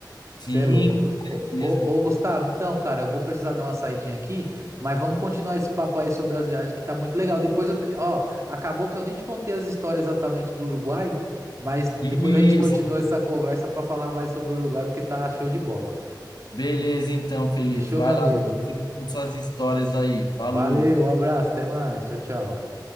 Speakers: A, on the left; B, on the right.
A: Sim,
B: Você é louco.
A: com
B: Ô,
A: certeza.
B: ô, ô, Gustavo, então, cara, eu vou precisar dar uma saidinha aqui, mas vamos continuar esse papo aí sobre as viagens, que tá muito legal. Depois eu. te- Ó, acabou que eu nem te contei as histórias exatamente do Uruguai, mas
A: Isso.
B: depois a gente continua essa conversa pra falar mais sobre o Uruguai, porque tá show de bola.
A: Beleza, então, Felipe.
B: Fechou,
A: Vai
B: meu amigo?
A: lá, depois você me conta suas histórias aí. Falou.
B: Valeu, um abraço, até mais. Tchau, tchau.